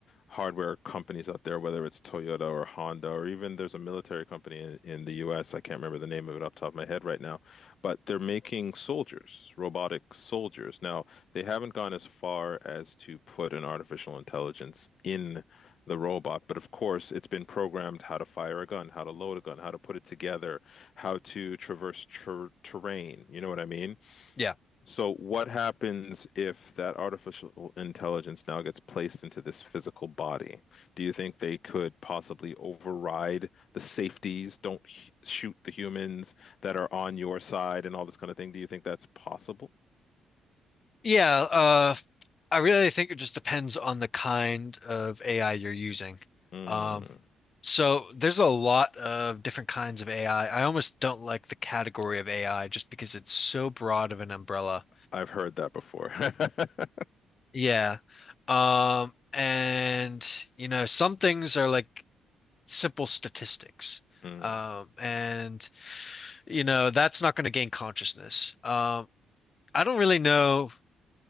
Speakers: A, on the left; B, on the left.
A: hardware companies out there, whether it's Toyota or Honda, or even there's a military company in, in the US. I can't remember the name of it off the top of my head right now, but they're making soldiers, robotic soldiers. Now, they haven't gone as far as to put an artificial intelligence in the robot, but of course, it's been programmed how to fire a gun, how to load a gun, how to put it together, how to traverse ter terrain. You know what I mean?
B: yeah.
A: So what happens if that artificial intelligence now gets placed into this physical body? Do you think they could possibly override the safeties, don't sh shoot the humans that are on your side and all this kind of thing? Do you think that's possible?
B: Yeah, uh, I really think it just depends on the kind of AI you're using.
A: Mm,
B: Um, so there's a lot of different kinds of AI. I I almost don't like the category of AI just because it's so broad of an umbrella.
A: I've heard that before. <laughs>
B: Yeah. Um, and you know, some things are like simple statistics.
A: Mm,
B: Um, and you know, that's not going to gain consciousness. Um, I don't really know